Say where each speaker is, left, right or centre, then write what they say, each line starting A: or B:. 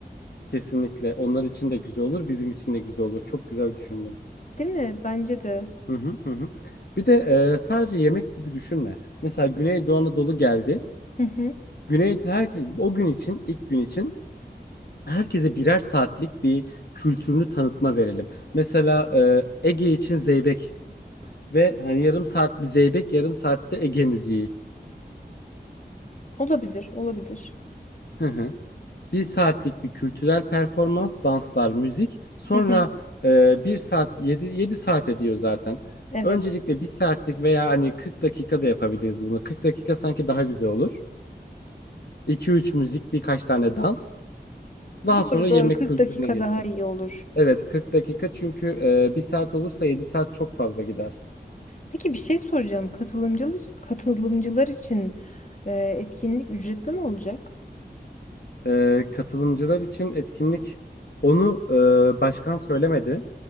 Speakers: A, on the left; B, on the left.
A: kesinlikle onlar için de güzel olur, bizim için de güzel olur. Çok güzel düşündün.
B: Değil mi? Bence de.
A: Hı hı hı. hı. Bir de e, sadece yemek gibi düşünme. Mesela Güneydoğu Anadolu geldi.
B: Hı hı.
A: Güney her o gün için ilk gün için herkese birer saatlik bir kültürünü tanıtma verelim. Mesela e, Ege için zeybek ve hani yarım saat bir zeybek, yarım saatte Ege müziği.
B: Olabilir, olabilir.
A: Hı hı. Bir saatlik bir kültürel performans, danslar, müzik. Sonra
B: Hı hı.
A: e, bir saat, yedi, yedi saat ediyor zaten.
B: Evet.
A: Öncelikle bir saatlik veya hani 40 dakika da yapabiliriz bunu. 40 dakika sanki daha güzel olur. 2 üç müzik, birkaç tane dans. Daha
B: Doğru,
A: sonra yemek
B: doğru. 40
A: kültürüne
B: dakika
A: geçeriz.
B: daha iyi olur.
A: Evet, 40 dakika çünkü e, 1 saat olursa 7 saat çok fazla gider.
B: Peki bir şey soracağım. Katılımcılar, katılımcılar için e, etkinlik ücretli mi olacak?
A: E, katılımcılar için etkinlik onu e, başkan söylemedi.